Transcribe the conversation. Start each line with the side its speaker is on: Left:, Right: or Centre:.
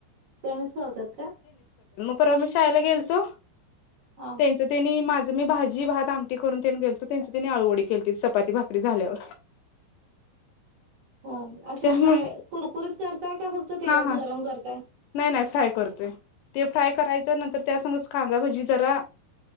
Right: त्यानिच करत्यात का?
Left: परवा आम्ही शाळेला गेलतो
Right: हा
Left: त्यांच तेनी माझ मी भाजी भात आमटी करून तेन गेल तर त्यांची त्यांनी आळूवडी केलती चपाती भाकरी झाल्यावर
Right: हो असे
Left: त्यामुळे
Right: फ्राय कुरकुरीत करते. काय का फक्त तेलात
Left: हा हा
Right: गरम करताय.
Left: नाही नाही फ्राय करतोय ते फ्राय करायचं नंतर त्या सग कांदादा भजी जरा